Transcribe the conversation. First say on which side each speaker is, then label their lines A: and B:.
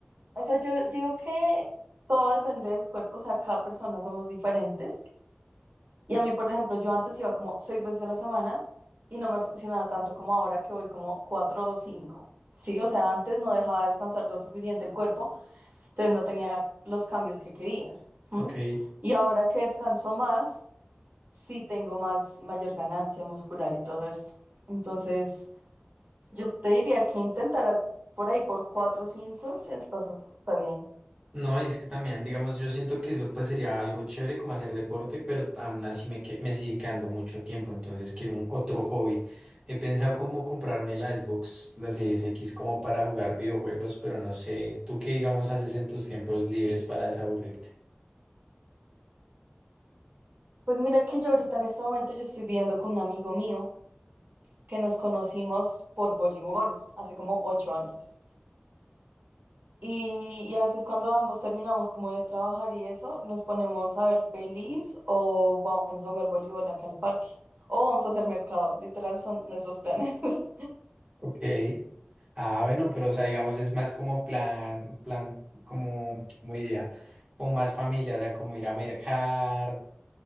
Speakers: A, on the right; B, on the right.
A: O sea, yo digo que todo depende del cuerpo, o sea, cada persona somos diferentes. Y a mí, por ejemplo, yo antes iba como seis veces a la semana y no me funcionaba tanto como ahora que voy como cuatro o cinco. Sí, o sea, antes no dejaba descansar lo suficiente el cuerpo, entonces no tenía los cambios que quería. ¿m?
B: Ok.
A: Y ahora que descanso más, sí tengo más, mayor ganancia muscular y todo esto. Entonces, yo te diría que intentaras por ahí por cuatro o cinco, estás- está bien.
B: No, y es que también, digamos, yo siento que eso pues sería algo chévere como hacer deporte, pero aún así me, que- me sigue quedando mucho tiempo, entonces quiero un otro hobby. He pensado como comprarme la Xbox, la Series X, como para jugar videojuegos, pero no sé, ¿tú qué digamos haces en tus tiempos libres para desaburrirte?
A: Pues mira que yo ahorita en este momento yo estoy viendo con un amigo mío que nos conocimos por voleibol hace como ocho años. Y, y a veces cuando ambos terminamos como de trabajar y eso, nos ponemos a ver pelis o vamos a jugar voleibol acá al parque o vamos a hacer mercado. Literal son nuestros planes. <laughs>
B: Ok. Ah, bueno, pero o sea, digamos, es más como plan, plan, como, ¿cómo diría? Como más familia, o sea, como ir a mercar.